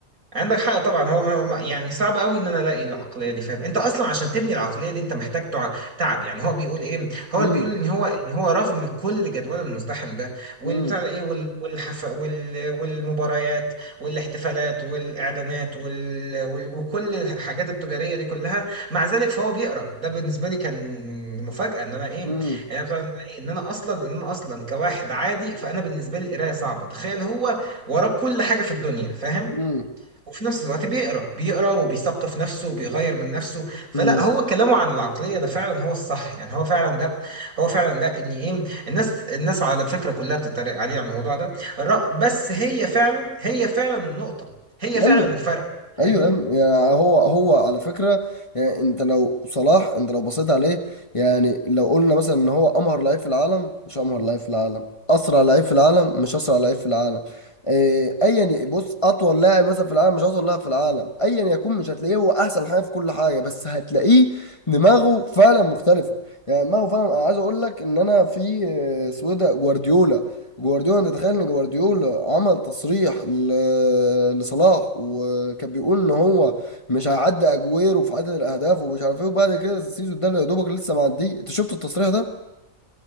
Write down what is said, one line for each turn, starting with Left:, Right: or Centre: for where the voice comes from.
Right: عندك حق طبعا هو هو- يعني صعب قوي ان انا الاقي العقليه دي فاهم انت اصلا عشان تبني العقليه دي انت محتاج تع- تعب يعني هو بيقول ايه هو
Left: امم
Right: اللي بيقول ان هو ان هو رغم كل جدول المزدحم ده والبتاع
Left: امم
Right: ده ايه وال- والحف وال والمباريات والاحتفالات والاعلانات وال وال- وكل الحاجات التجاريه دي كلها مع ذلك فهو بيقرا ده بالنسبه لي كان مفاجاه ان انا ايه
Left: امم
Right: يعني بتاع- ده إيه؟ ان انا اصلا ان انا اصلا كواحد عادي فانا بالنسبه لي القرايه صعبه تخيل هو وراه كل حاجه في الدنيا فاهم
Left: امم
Right: وفي نفس الوقت بيقرا بيقرا وبيثقف نفسه وبيغير من نفسه فلا
Left: امم
Right: هو كلامه عن العقليه ده فعلا هو الصح يعني هو فعلا ده هو فعلا ده ان ايه الناس الناس على فكره كلها بتتريق عليه على الموضوع ده الرأ- بس هي فعلا هي فعلا النقطه هي
Left: ايوه
Right: فعلا الفرق
Left: ايوه
Right: فاهمني
Left: يا ابني، يعني هو هو على فكره يعني انت لو صلاح انت لو بصيت عليه يعني لو قلنا مثلا ان هو امهر لعيب في العالم مش امهر لعيب في العالم اسرع لعيب في العالم مش اسرع لعيب في العالم إيه، ايا ي- بص اطول لاعب مثلا في العالم مش اطول لاعب في العالم ايا يكون مش هتلاقيه هو احسن حاجه في كل حاجه بس هتلاقيه دماغه فعلا مختلفه يعني دماغه فعلا انا عايز اقول لك ان انا في آه، سويدة جوارديولا جوارديولا تتخيل ان جوارديولا عمل تصريح ل- لصلاح وكان بيقول ان هو مش هيعدي اجويرو في عدد الاهداف ومش عارف ايه وبعد كده السيزون ده اللي يا دوبك لسه معديه انت شفت التصريح ده